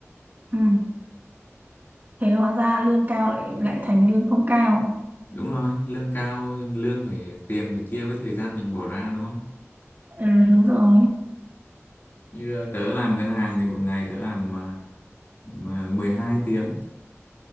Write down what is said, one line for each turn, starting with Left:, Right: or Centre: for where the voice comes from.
Right: Ừ. thế hóa ra lương cao lại lại thành lương không cao
Left: đúng rồi lương cao lương phải tiền phải chia với thời gian mình bỏ ra đúng không
Right: ừ, đúng rồi
Left: như tớ làm ngân hàng thì một ngày tớ làm mà mà mười hai tiếng